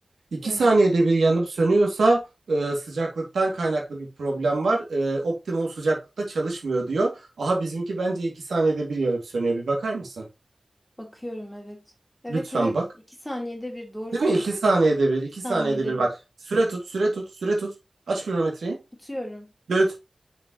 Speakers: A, on the right; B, on the left.
A: 2
B: Evet.
A: saniyede bir yanıp sönüyorsa e, sıcaklıktan kaynaklı bir problem var. E, optimum sıcaklıkta çalışmıyor diyor. Aha bizimki bence 2 saniyede bir yanıp sönüyor. Bir bakar mısın?
B: Bakıyorum evet. Evet
A: Lütfen
B: evet.
A: bak.
B: İki saniyede bir doğru
A: Değil
B: söylüyorsun.
A: mi? iki saniyede bir,
B: İki
A: 2
B: saniyede
A: saniyede bir
B: bir.
A: bak. Süre tut, süre tut, süre tut. Aç kilometreyi.
B: Tutuyorum.
A: Düt,